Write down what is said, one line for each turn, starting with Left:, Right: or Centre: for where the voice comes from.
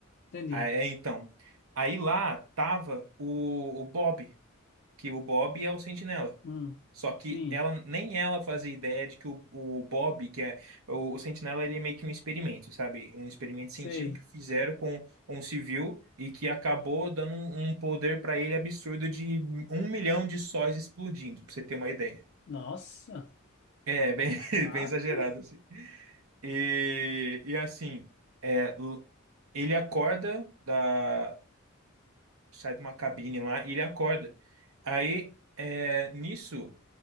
Left: entendi.
Right: Ah, é, então. Aí lá tava o, o Bob, que o Bob é o Sentinela.
Left: Hum,
Right: Só que
Left: sim,
Right: ela nem ela fazia ideia de que o, o Bob, que é o, o Sentinela, ele é meio que um experimento, sabe? Um experimento científico
Left: sei.
Right: que fizeram com um civil e que acabou dando um, um poder pra ele absurdo de um milhão de sóis explodindo, pra você ter uma ideia.
Left: Nossa,
Right: É, bem, <laughs>
Left: taca.
Right: bem exagerado, assim. E, e assim, é, l- ele acorda da sai de uma cabine lá e ele acorda. Aí, é, nisso,